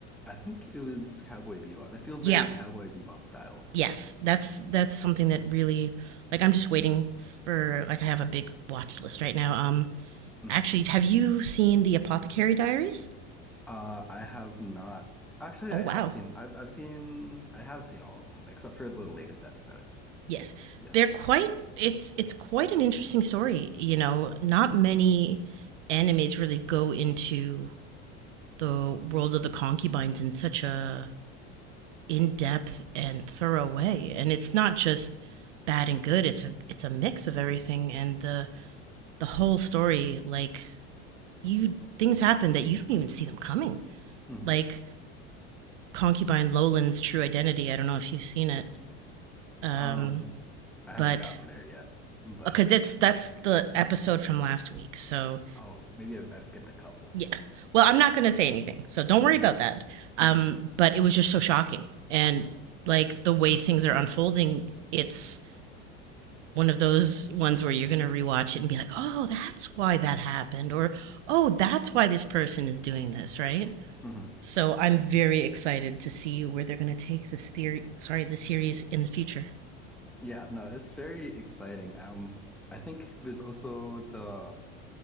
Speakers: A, in the centre; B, on the right (about 80°).
A: I think it was Cowboy Bebop. It feels
B: Yeah.
A: very Cowboy Bebop style.
B: Yes. That's that's something that really like I'm just waiting for. Like I have a big watch list right now. Um,
A: hmm
B: actually, have you seen the Apothecary Diaries?
A: Uh, I have not actually
B: Oh
A: I
B: wow.
A: have seen I've I've seen I have seen all of them except for the latest episode.
B: Yes.
A: Yes.
B: They're quite it's it's quite an interesting story, you know. Not many animes really go into the world of the concubines in such a in-depth and thorough way. And it's not just bad and good, it's a it's a mix of everything and the the whole story like you things happen that you don't even see them coming.
A: Mm-hmm.
B: Like concubine Lolan's true identity. I don't know if you've seen it. Um
A: Um, I haven't
B: but
A: gotten there yet, but
B: because it's that's the episode from last week. So
A: oh, maybe I've, I've skipped a couple.
B: yeah, well, I'm not going to say anything, so don't
A: hmm
B: worry about that.
A: hmm
B: Um, but it was just so shocking, and like the way things are unfolding, it's one of those ones where you're going to rewatch it and be like, oh, that's why that happened, or oh, that's why this person is doing this, right?
A: hmm
B: So I'm very excited to see where they're going to take this theory. Sorry, the series in the future.
A: Yeah, no, it's very exciting. Um, I think there's also the